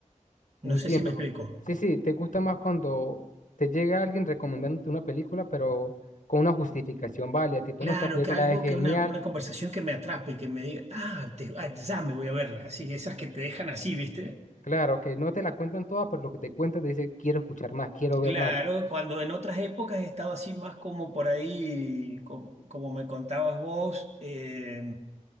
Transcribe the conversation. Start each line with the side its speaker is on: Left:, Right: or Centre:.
Right: No
Left: Entiendo.
Right: sé si me explico.
Left: Sí, sí, te gusta más cuando te llega alguien recomendándote una película, pero con una justificación válida, tipo,
Right: Claro,
Left: no, esta película
Right: que algo,
Left: es genial.
Right: que una, una conversación que me atrape, que me diga, ah, te- ah, ya me voy a verla, así, esas que te dejan así, ¿viste?
Left: Claro, que no te la cuentan todas, pero lo que te cuentan te dice, quiero escuchar más, quiero ver
Right: Claro,
Left: más.
Right: cuando en otras épocas he estado así más como por ahí, com- como, me contabas vos, eh,